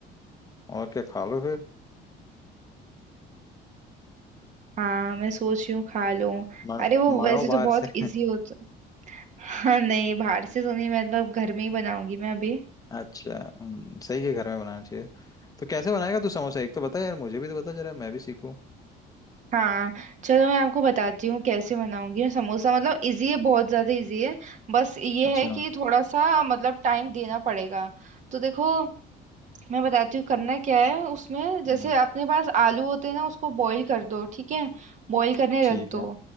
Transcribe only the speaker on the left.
और क्या खा लो फिर
म-
मंगाओ
बाहर
से
अच्छा हम्म, सही है घर में बनाना चाहिए तो कैसे बनाएगा तू समोसा एक तो बता यार मुझे भी तो बता जरा मैं भी सीखूं
अच्छा
हम्म,
ठीक
है